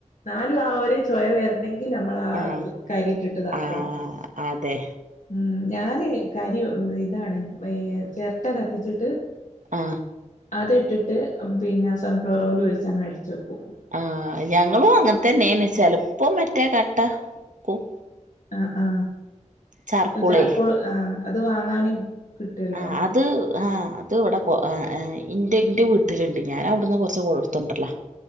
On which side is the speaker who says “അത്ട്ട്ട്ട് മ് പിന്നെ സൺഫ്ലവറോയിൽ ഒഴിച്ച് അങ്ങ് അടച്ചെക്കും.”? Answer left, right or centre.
Left